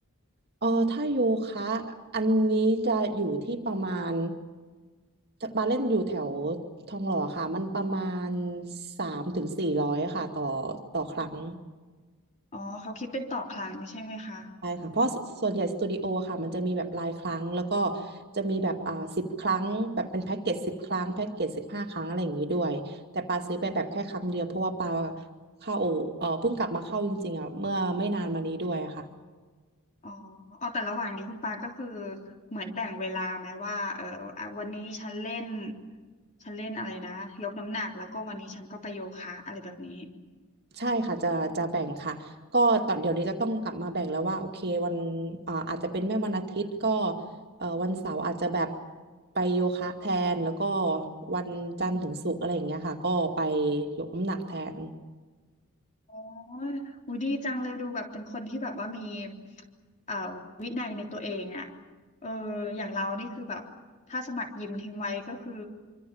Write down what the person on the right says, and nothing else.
เออถ้าโยคะอันนี้จะอยู่ที่ประมาณบาร์เล่นอยู่แถวทองหล่อค่ะมันประมาณสามถึงสี่ร้อยค่ะต่อต่อครั้ง
ใช่ค่ะเพราะสส่วนใหญ่สตูดิโอค่ะมันจะมีแบบรายครั้งแล้วก็จะมีแบบอ่าสิบครั้งแบบเป็นแพ็กเกจสิบครั้งแพ็กเกจสิบห้าครั้งอะไรอย่างนี้ด้วยแต่ปาซื้อไปแบบแค่ครั้งเดียวเพราะว่าปาเข้าเออเพิ่งกลับมาเข้าจริงๆอ่ะเมื่อไม่นานมานี้ด้วยอะค่ะ
ใช่ค่ะจะจะแบ่งค่ะก็ตอนเดี๋ยวนี้จะต้องกลับมาแบ่งแล้วว่าโอเควันอ่าอาจจะเป็นไม่วันอาทิตย์ก็เอ่อวันเสาร์อาจจะแบบไปโยคะแทนแล้วก็วันจันทร์ถึงศุกร์อะไรอย่างเงี้ยค่ะก็ไปยกน้ำหนักแทน